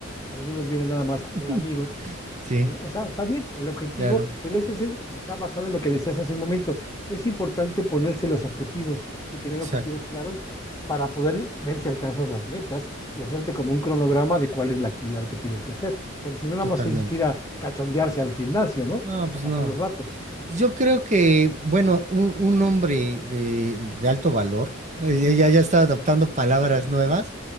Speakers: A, on the left; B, on the right.
A: algunos vienen nada más a ser
B: <laughs>
A: amigos, Al-
B: Sí,
A: O sea, está bien el objetivo,
B: claro,
A: pero eso sí está basado en lo que decías hace un momento. Es importante ponerse los objetivos y tener
B: exacto.
A: objetivos claros para poder ver si alcanzas las metas y hacerte como un cronograma de cuál es la actividad que tienes que hacer, porque si no, nada
B: Totalmente.
A: más es ir a cachondearse al gimnasio, ¿no?
B: No, pues
A: A pasar
B: no.
A: el rato.
B: Yo creo que, bueno, un, un hombre de, de alto valor, eh, ya, ya ya está adoptando palabras nuevas,